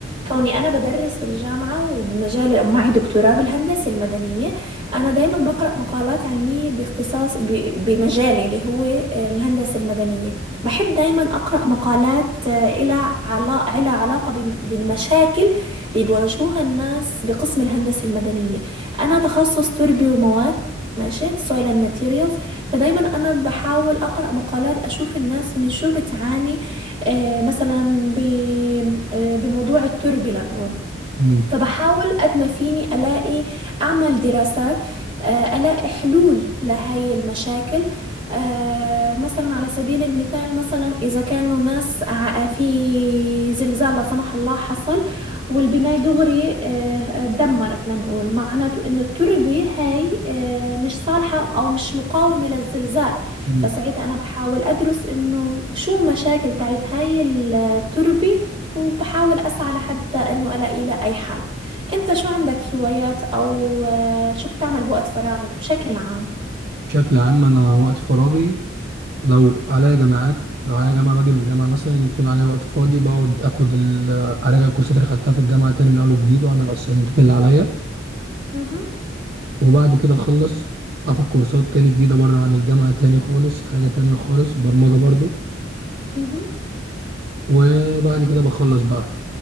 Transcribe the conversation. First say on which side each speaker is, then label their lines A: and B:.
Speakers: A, on the right (about 30°); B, on the right (about 55°).
A: كوني أنا بدرس بالجامعة ومجال ومعي دكتوراه بالهندسة المدنية أنا دايما بقرأ مقالات علمية باختصاص ب- بمجالي اللي هو الهندسة المدنية بحب دايما أقرأ مقالات آه، إلها علا- إلها علاقة بم- بالمشاكل اللي بيواجهوها الناس بقسم الهندسة المدنية انا تخصص تربي ومواد ماشي soil and materials فدايما انا بحاول اقرا مقالات اشوف الناس من شو بتعاني آه مثلا ب- آه، بموضوع التربه لنقول
B: امم
A: فبحاول قد ما فيني ألاقي أعمل دراسات آه، ألاقي حلول لهاي المشاكل آه، مثلا على سبيل المثال مثلا إذا كانوا ناس ع- في زلزال لا سمح الله حصل والبناية دغري آه، اتدمرت لنقول معناته إنه التربة هاي آه، مش صالحة أو مش مقاومة للزلزال
B: أمم.
A: فساعتها أنا بحاول أدرس إنه شو مشاكل تاعت هاي التربة وبحاول أسعى لحتى إنه ألاقي له أي حل أنت شو عندك هوايات أو آه، شو بتعمل بوقت فراغك بشكل عام؟
B: بشكل عام انا وقت فراغي لو عليا جامعات لو عليا جامعه باجي من الجامعه مثلا يكون عليا وقت فاضي بقعد اخد ال- اراجع الكورسات اللي خدتها في الجامعه تاني من اول وجديد واعمل الاسايمنتات اللي عليا
A: مهم.
B: وبعد كده اخلص اخد كورسات تاني جديده بره عن الجامعه تاني خالص حاجه تانية خالص برمجه برضو
A: مهم.
B: وبعد كده بخلص بقى